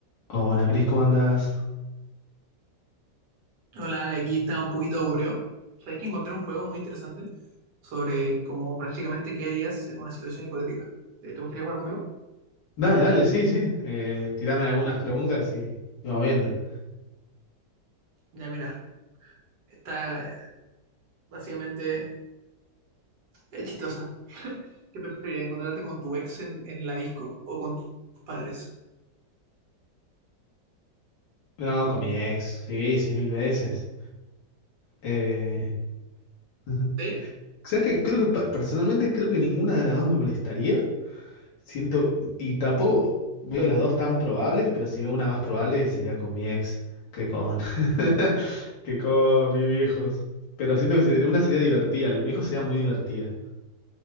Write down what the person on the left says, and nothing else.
Hola, Cris, ¿cómo andás?
Dale, dale, sí, sí. Eh, tirame algunas preguntas y lo vamos viendo.
No, con mi ex, sí, sí, mil veces. Eh, <laughs>
¿sabes qué? Creo que pa- personalmente creo que ninguna de las dos me molestaría. Siento, y tampoco veo las dos tan probables, pero si veo una más probable sería con mi ex que con, <laughs> que con mis viejos. Pero siento que sería- una sería divertida, la de mi viejo sería muy divertida.